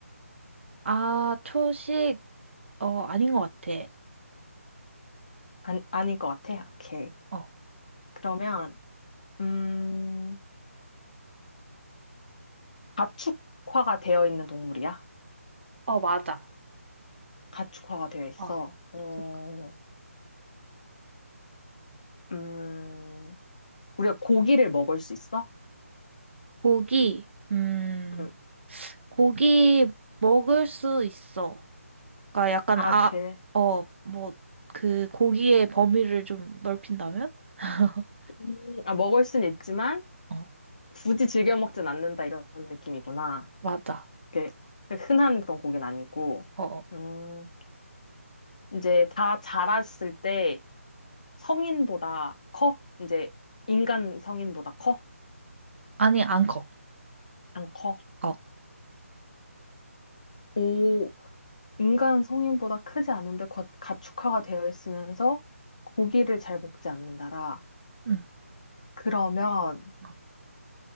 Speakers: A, on the right (about 50°); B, on the left (about 30°).
A: 아, 초식, 어, 아닌 것 같아.
B: 아니, 아닐 것 같아. 오케이.
A: 어,
B: 그러면 음, 가축화가 되어 있는 동물이야?
A: 어, 맞아.
B: 가축화가 되어 있어.
A: 어.
B: 어,
A: 잠깐.
B: 음, 우리가 고기를 먹을 수 있어?
A: 고기, 음,
B: 응.
A: 고기 먹을 수 있어. 그러니까 약간
B: 아,
A: 아,
B: 그래.
A: 어, 뭐 그 고기의 범위를 좀 넓힌다면? <laughs>
B: 음, 아, 먹을 순 있지만
A: 어,
B: 굳이 즐겨 먹진 않는다 이런 느낌이구나.
A: 맞아.
B: 그 흔한 그런 고기는 아니고.
A: 어, 어.
B: 음, 이제 다 자랐을 때 성인보다 커? 이제 인간 성인보다 커?
A: 아니, 안 커.
B: 안 커?
A: 어,
B: 오, 인간 성인보다 크지 않은데 겉- 가축화가 되어 있으면서 고기를 잘 먹지 않는다라.
A: 응.
B: 그러면
A: 어.